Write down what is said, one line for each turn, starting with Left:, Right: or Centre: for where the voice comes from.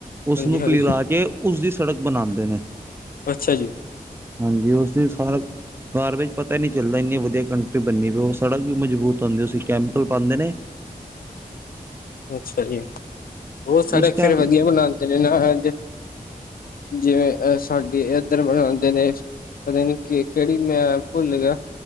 Right: ਉਸ
Left: ਹਾਂਜੀ-ਹਾਂਜੀ
Right: ਨੂੰ ਪਿਘਲਾ ਕੇ ਉਸਦੀ ਸੜਕ ਬਣਾਂਦੇ ਨੇ
Left: ਅੱਛਾ ਜੀ,
Right: ਹਾਂਜੀ ਉਸਦੀ ਸਾਰਾ ਕਾਰ ਵਿੱਚ ਪਤਾ ਹੀ ਨ ਚੱਲਦਾ ਇੰਨੀ ਵਧੀਆ ਕੰਟਰੀ ਬਣਨੀ ਪ ਉਹ ਸੜਕ ਵੀ ਮਜ਼ਬੂਤ ਹੁੰਦੀ ਕੈਮੀਕਲ ਪਾਂਦੇ ਨੇ
Left: ਅੱਛਾ ਜੀ ਹੋ ਸੜਕ
Right: ਇਸ ਟਾਈਮ
Left: ਫੇਿਰ ਵਧੀਆ ਬਣਾ ਨਾ ਐਂਜ ਜਿਵੇਂ ਅਹ ਸਾਡੇ ਇਦਰ ਬਣਾਂਦੇ ਨੇ ਪਤਾ ਨਹੀਂ ਕਿਹੜੀ ਮੈਂ ਭੁੱਲ ਗਿਆ।